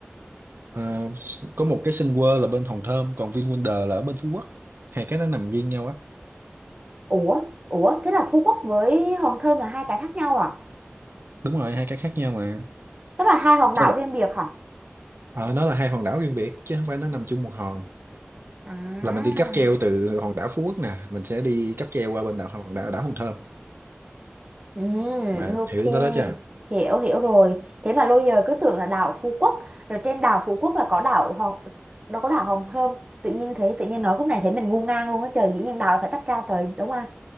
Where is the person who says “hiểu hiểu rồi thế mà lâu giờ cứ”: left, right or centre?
Right